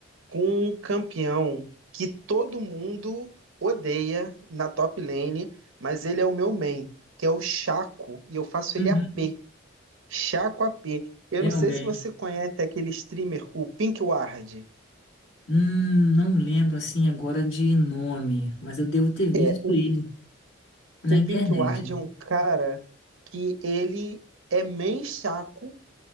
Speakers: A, on the right; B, on the left.
A: com um campeão que todo mundo odeia na top lane, mas ele é o meu main, que é o Chaco, e eu faço
B: Uhum.
A: ele a p Chacoapé. Eu
B: Realmente.
A: não sei se você conhece aquele streamer, o Pink Ward.
B: Hum, não lembro assim agora de nome, mas eu devo ter visto
A: É, o,
B: ele na
A: o
B: internet.
A: Pink Ward é um cara que ele é main chaco